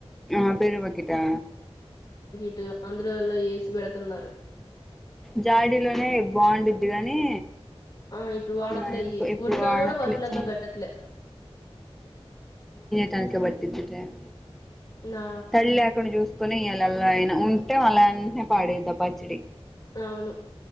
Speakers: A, in the centre; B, on the left (about 45°).
A: ఆ పెరుగు బకీటా
B: ఆ ఆంధ్రలో ఏసి పెడతన్నారు
A: జాడీలోనె బావుండిద్డి గానీ
B: ఆ ఇప్పుడు వాడట్లే
A: మనం
B: అయి
A: ఇప్పు- ఇప్పుడు
B: ఉన్నా
A: వాడట్లే
B: కూడా వాటిలల్లో
A: చా
B: పెట్టట్లే
A: టానికే బట్టిది టైమ్
B: నా
A: తడి లేకుండ చూస్ కునిలలో అయినా ఉంటే మళ్ల ఏంటనె పాడైద్ది ఆ పచ్చడి
B: అవును